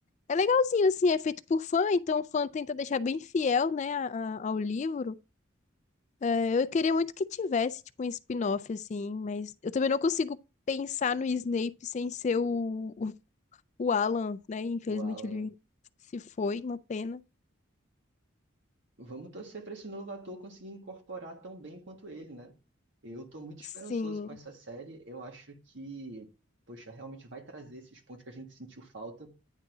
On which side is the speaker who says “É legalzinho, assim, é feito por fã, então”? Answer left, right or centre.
Left